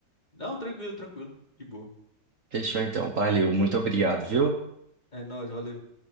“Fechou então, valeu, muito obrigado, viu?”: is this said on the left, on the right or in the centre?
Right